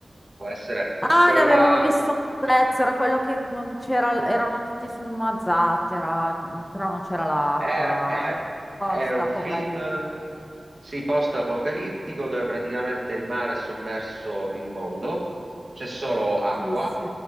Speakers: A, on the right; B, on the left.
A: Può essere
B: Ah,
A: quello
B: ne avevo
A: là.
B: visto un pezzo, era quello che non c'era, erano tutti su una zattera, non- non- però non c'era l'acqua,
A: Era, era-
B: era post
A: era un
B: apocalittico.
A: film, sì, post-apocalittico dove praticamente il mare ha sommerso il mondo, c'è solo acqua
B: Sì, sì.